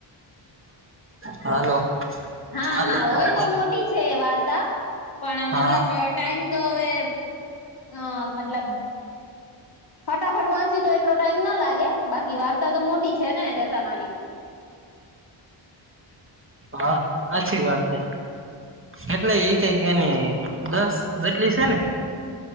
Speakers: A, on the right; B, on the left.
A: હાલો
B: હા
A: <unintelligible>
B: હા હોય તો મોટી છે વાર્તા પણ
A: હા
B: મતલબ ટાઈમ તો હવે અ મતલબ ફટાફટ વાંચી તો એટલો ટાઈમ ના લાગે બાકી વાર્તા તો મોટી છે ને દશામાંની
A: હા સાચી વાત હે એટલે એ કૈંકી એની દસ જેટલી સે ને